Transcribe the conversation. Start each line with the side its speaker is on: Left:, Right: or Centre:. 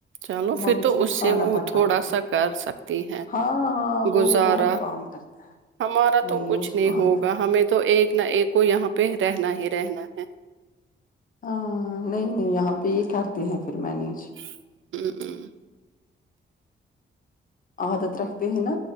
Right: چلو
Left: ممی
Right: پھر تو
Left: صرف
Right: اس
Left: کھانا
Right: سے وہ
Left: پکاتی
Right: تھوڑا
Left: ہیں
Right: سا کر سکتی ہیں
Left: ہاں ہاں وہ
Right: گزارا
Left: بہت کام کرتا ہے
Right: ہمارا تو کچھ
Left: اس
Right: نہیں
Left: کو عادت
Right: ہوگا
Left: ہے۔
Right: ہمیں تو ایک نہ ایک کو یہاں پہ رہنا ہی رہنا ہے
Left: ہاں نہیں نہیں یہاں پہ یہ کرتے ہیں پھر مینیج
Right: ھمم ھمم
Left: عادت رکھتے ہیں نہ